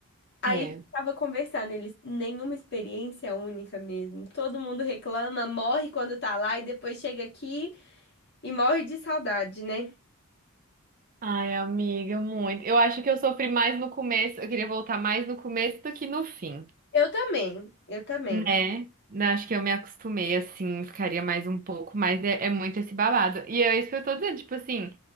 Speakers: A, on the left (about 50°); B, on the right (about 40°).
A: Aí
B: É.
A: tava conversando, eles, nenhuma experiência é única mesmo. Todo mundo reclama, morre quando tá lá e depois chega aqui e morre de saudade, né?
B: Ai, amiga, muito. Eu acho que eu sofri mais no começo. Eu queria voltar mais no começo do que no fim.
A: Eu também, eu também.
B: Né? Não, acho que eu me acostumei, assim, ficaria mais um pouco, mas é, é muito esse babado. E é isso que eu tô dizendo, tipo assim,